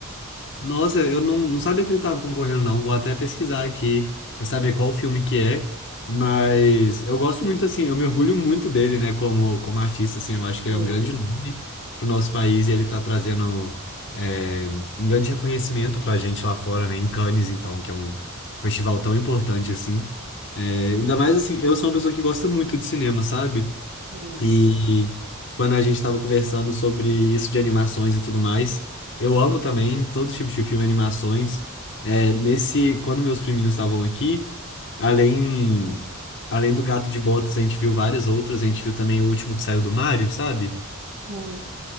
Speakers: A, on the left; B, on the right.
A: Nossa, eu não, não sabia que ele estava concorrendo, não. Vou até pesquisar aqui para saber qual filme que é. Mas eu gosto muito, assim, eu me orgulho muito dele, né, como, como artista, assim. Eu acho que ele
B: Sim,
A: é um grande nome pro nosso país e ele tá trazendo é, um grande reconhecimento pra gente lá fora, né, em Cannes, então, que é um festival tão importante, assim. É, ainda mais, assim, eu sou uma pessoa que gosta muito de cinema, sabe?
B: sim,
A: E quando a gente estava conversando sobre isso de animações e tudo mais, eu amo também todo tipos de filme, animações. É, nesse, quando meus priminhos estavam aqui, além, além do Gato de Botas, a gente viu várias outras. A gente viu também o último que saiu do Mario, sabe?
B: sim.